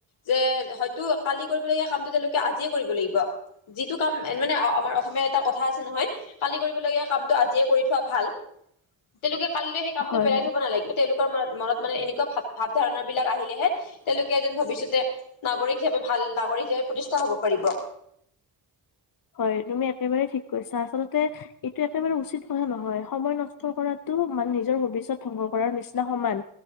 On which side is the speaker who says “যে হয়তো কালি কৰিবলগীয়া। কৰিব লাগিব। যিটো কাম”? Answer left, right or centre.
Left